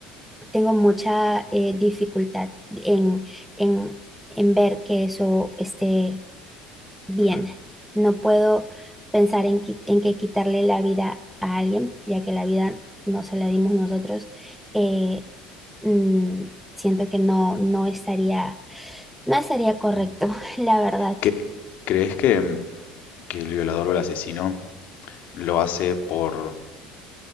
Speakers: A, in the centre; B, on the left (about 60°).
A: tengo mucha eh, dificultad en, en en ver que eso esté bien.
B: claro.
A: No puedo pensar en, qui- en que quitarle la vida a alguien, ya que la vida no se la dimos nosotros. Eh, mm, siento que no, no estaría, no estaría correcto,
B: Ujú.
A: <laughs> la verdad,
B: ¿Qué- crees que, mm, que el violador o el asesino lo hace por,